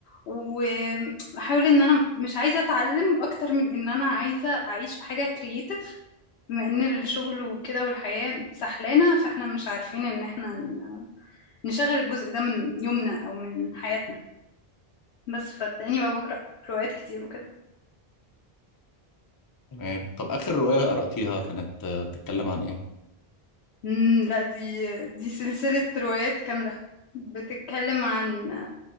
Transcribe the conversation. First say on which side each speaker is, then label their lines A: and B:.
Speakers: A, on the left; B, on the left.
A: واحاول ان انا مش عايزة اتعلم اكتر من ان انا عايزة اعيش في حاجة كرييتيف بما ان الشغل وكده والحياة سحلانة فاحنا مش عارفين ان احنا ن- نشغل الجزء ده من يومنا او من حياتنا بس فتلاقيني بقى بقرأ روايات كتير وكده
B: تمام طب آخر رواية قرأتيها كانت آه، بتتكلم عن إيه؟
A: امم لا دي دي سلسلة روايات كاملة بتتكلم عن